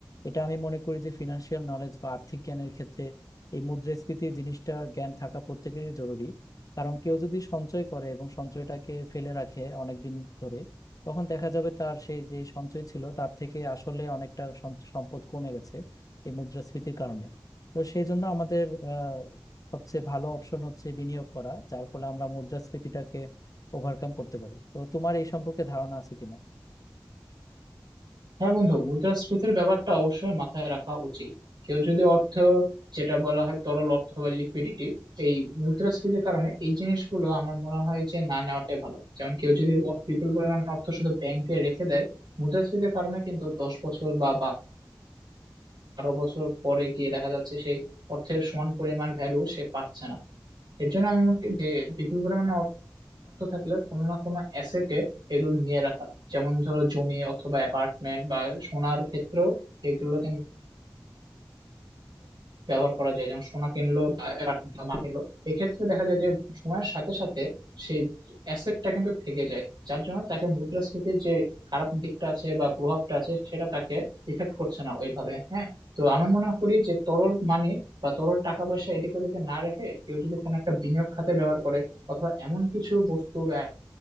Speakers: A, on the left; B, on the right.
A: এটা আমি মনে করি যে ফিনান্সিয়াল নলেজ বা আর্থিক জ্ঞানের ক্ষেত্রে এই মুদ্রাস্ফীতি জিনিসটার জ্ঞান থাকা প্রত্যেকেরই জরুরি কারণ কেউ যদি সঞ্চয় করে এবং সঞ্চয়টাকে ফেলে রাখে অনেক দিন ধরে তখন দেখা যাবে তার সেই যে সঞ্চয় ছিল তার থেকে আসলে অনেকটা সম- সম্পদ কমে গেছে এই মুদ্রাস্ফীতির কারণে তো সেই জন্য আমাদের আহ সবচেয়ে ভালো অপশন হচ্ছে বিনিয়োগ করা যার ফলে আমরা মুদ্রাস্ফীতিটাকে ওভারকাম করতে পারি তো তোমার এই সম্পর্কে ধারণা আছে কিনা
B: হ্যাঁ বন্ধু মুদ্রাস্ফীতির ব্যাপারটা অবশ্যই মাথায় রাখা উচিত কেউ যদি অর্থ যেটা বলা হয় তরল অর্থ বা লিকুইডিটি এই মুদ্রাস্ফীতির কারণে এই জিনিসগুলো আমার মনে হয় যে না নেওয়াটাই ভালো যেমন কেউ যদি অ- বিপুল পরিমাণ অর্থ শুধু ব্যাংকে রেখে দেয় মুদ্রাস্ফীতির কারণে কিন্তু দশ বছর বা বা- বারো বছর পরে গিয়ে দেখা যাচ্ছে সেই অর্থের সমান পরিমাণ ভ্যালু সে পাচ্ছে না এর জন্য আমি মনে করি যে বিপুল পরিমাণে অর্থ থাকলে কোনো না কোনো অ্যাসেটে এগুলো নিয়ে রাখা যেমন ধরো জমি অথবা অ্যাপার্টমেন্ট বা সোনার ক্ষেত্রেও এগুলো কিন্তু ব্যবহার করা যায় যেমন সোনা কিনলো বা apartment কিনলো, মাল কিনলো এক্ষেত্রে দেখা যায় যে সময়ের সাথে সাথে সেই অ্যাসেটটা কিন্তু থেকে যায় যার জন্য তাকে মুদ্রাস্ফীতির যে খারাপ দিকটা আছে বা প্রভাবটা আছে সেটা তাকে ইফেক্ট করছে না ওইভাবে হ্যাঁ তো আমি মনে করি যে তরল মানি বা তরল টাকা পয়সা এদিক ওদিকে না রেখে কেউ যদি কোনো একটা বিনিয়োগ খাতে ব্যবহার করে অথবা এমন কিছু বস্তু বা